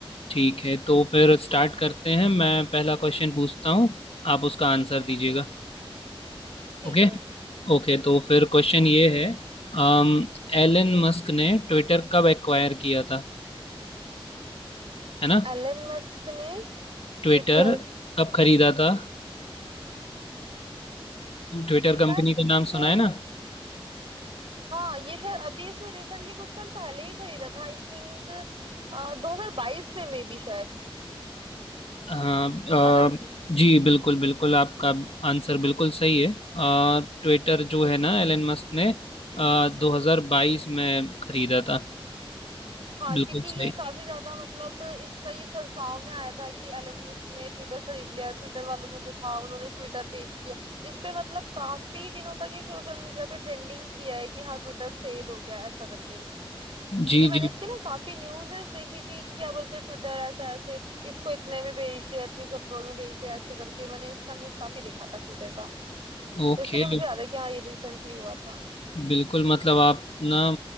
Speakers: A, on the left; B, on the right.
A: ठीक है तो फिर स्टार्ट करते हैं मैं पहला क्वेश्चन पूछता हूँ आप उसका आंसर दीजिएगा
B: ठीक
A: ओके
B: है
A: ओके तो फिर क्वेश्चन ये है अम, एलन मस्क ने ट्विटर कब एक्वायर किया था है ना
B: एलन मस्क ने
A: ट्विटर
B: ट्विटर
A: कब खरीदा था ट्विटर
B: शायद
A: कंपनी का
B: ट्विटर
A: नाम सुना है ना
B: हाँ ये शायद अभी इसने रिसेंटली कुछ टाइम पहले ही खरीदा था आई थिंक 2022 में मे बी शायद
A: हाँ
B: है ना
A: अ, जी बिल्कुल बिल्कुल आपका आंसर बिल्कुल सही है ट्विटर जो है ना एलन मस्क ने आ, 2022 में खरीदा था
B: हाँ
A: बिल्कुल
B: क्योंकि ये
A: सही
B: काफी ज्यादा मतलब इसका ये चर्चाओं में आया था कि एलन मस्क ने ट्विटर खरीद लिया ट्विटर वालों ने जो था उन्होंने ट्विटर बेच दिया इस पे मतलब काफी दिनों तक ये सोशल मीडिया पे ट्रेंडिंग किया है कि हाँ ट्विटर सेल हो गया ऐसा करके क्योंकि
A: जी
B: मैंने
A: जी
B: इसके ना काफी न्यूज़ेस देखी थी कि क्या बोलते हैं ट्विटर ऐसा ऐसे इसको इतने में बेच दिया इतने करोड़ में बेच दिया ऐसे करके मैंने इसका न्यूज़ काफी देखा था ट्विटर का
A: ओके
B: तो इसीलिए मुझे याद है कि हाँ ये रिसेंटली हुआ था
A: बिल्कुल मतलब आप ना